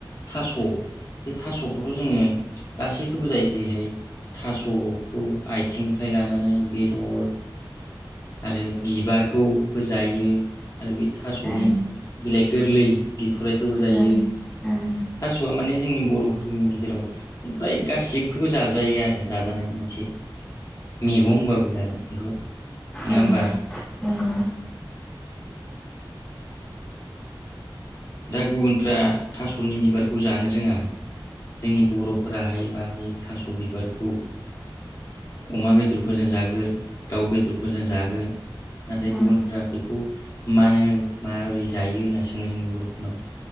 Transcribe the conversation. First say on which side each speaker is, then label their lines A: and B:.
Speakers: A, on the left; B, on the left.
A: थास' बे थास'खौथ' जोङो गासैखौबो जायो जेरैहाय थास'खौ आथिंनिफ्राय लानानै बेदर आरो बिबारखौबो जायो। आरो बे थास'नि
B: ओं
A: बिलाइ गोरलै बिथ'रायखौबो जायो
B: ओं ओं
A: थास'आ माने जोंनि बर'फोरनि गेजेराव फ्राय गासिबखौबो जाजायो आरो जाजानाय मोनसे मैगं होनबाबो जागोन बेखौ नङा
B: ओं
A: होमबा।
B: नंगौ
A: दा गुबुनफ्रा थास'नि बिबारखौ जानो रोङा जोंनि बर'फोराहाय बा बे थास' बिबारखौ अमा बेदरफोरजों जागोन दाउ बेदरफोरजों जागोन नाथाय
B: ओं
A: गुबुनफोरा बेखौ मानो माबोरै जायो होनना सोङो जोंनि बर'फोर नाव